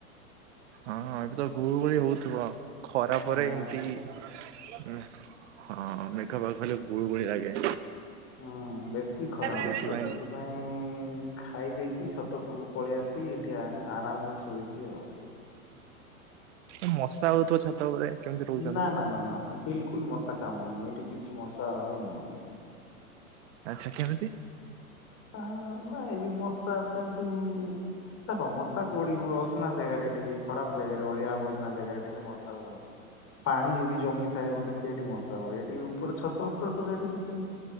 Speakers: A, on the right (about 50°); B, on the left (about 30°).
A: ହଁଁ, ହଁ ଏବେ ତ ଗୁଳୁଗୁଳି ହଉଥୁବ, ଖରା
B: ହଁ
A: ପରେ ଏମିତି <inaudible> ହଁ ମେଘ ପାଗ ଖାଲି ଗୁଳୁଗୁଳି ଲାଗେ।
B: ହୁଁ, ବେଶୀ ଖରା ହଉଛି
A: ସେଇଥିପାଇଁ
B: ତ ସେଥିପାଇଁ ଖାଇ ଦେଇକି ଛାତ ଉପୁରକୁ ପଳେଇ ଆସିିକି ଏଠି ଆ, ଆରାମରେ ଶୋଇଛି ଆଉ।
A: ଏ ମଶା ହଉଥୁବ ଛାତ ଉପରେ? କେମିତି ରହୁଛନ୍ତି?
B: ନା ନା ନା ନା ବିଲକୁଲ ମଶା କାମୁଡୁନି, ଏଇଠି କିଛି ମଶା ହଉନି ମୋତେ।
A: ଆଚ୍ଛା କେମିତି?
B: ହଁ ନା ଏଠି ମଶା ସେମତି ଦେଖ ମଶା କୋଉଠି ହୁଏ? ଅସନା ଜାଗାରେ ଟିକେ, ଖରାପ ଜାଗାରେ, ଅଳିଆ ଆବର୍ଜନା ଜାଗାରେ। ଟିକେ ମଶା ହୁଏ। ପାଣି ଯୋଉଠି ଜମିଥାଏ ବୋଧେ ସେ ସେଇଠି ମଶା ହୁଏ। ଏଇଠି ଉପରେ ଛାତ ଉପରେ ତ ସେଇଠି କିଛି